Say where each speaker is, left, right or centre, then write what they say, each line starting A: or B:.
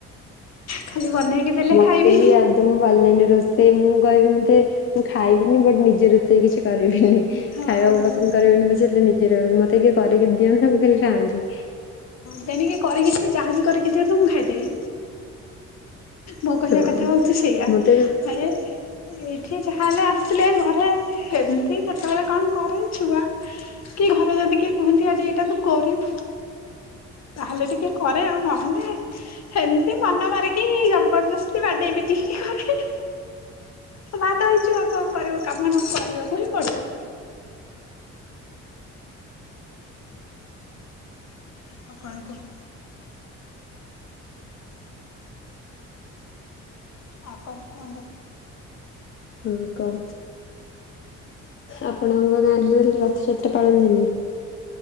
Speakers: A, on the left; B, on the left.
A: ଖାଲି ବନେଇକି ଦେଲେ
B: ମତେ
A: ଖାଇବି
B: ବି ଆ ତ ମୁଁ ଭଲିଲନି ରୋଷେଇ ମୁଁ କହିବି ମତେ ମୁଁ ଖାଇବିନି ବଟ ନିଜେ ରୋଷେଇ କିଛି କରିବିନି
A: ଆଉ
B: ଖାଇବାକୁ ପସନ୍ଦ କରିବିନନି ପ ସେ ହେଲେ ନିଜେ ରହି ମତେ କିଏ କରିକି ଦିଅନ୍ତତା ମୁଁ ଖିଲଲି ଖାଆନ୍ତି
A: ଦେଣିକି କରିକି ସେ ଯାହାବି କରିକି ଦିଅନ୍ତୁ ମୁଁ ଖାଇଦେବି ମୋ କହିବା
B: ହଁ
A: କଥା ହଉଛି ସେଇୟା
B: ମୁଁ ତ
A: ଆରେ ଏଇଠି ଯାହା ହେେଲେ ଆସିଥିଲେ ଘରେ ସେମିତି ସେତେବେଳେ କଣ କରେ ଛୁଆ କି ଘରେ ଯଦି କିଏ କୁହନ୍ତି ଆ ଯେ ଏଇଟା ତୁ କରିବୁ ତାହେଲେ ଟିକେ କରେ ଆଉ ନହେଲେ ସେମତି ମନ ମରିକି ଜବରଦସ୍ତି ବାଡେଇବି ଟ କରେ ବା ତ ହେଇଯିବ ଆଉ କଣ କରିବୁ କାମ ନ କରିବାକୁ ହିଁ ପଡିବ ହଉ କଣ କହ ଆଣ କନ୍ତ
B: ହଁ କଣ ଆପଣଙ୍କ ଗାଁରେ ତାହେଲେ ରଥଯାତ୍ରା ପାଳନ୍ତିନି?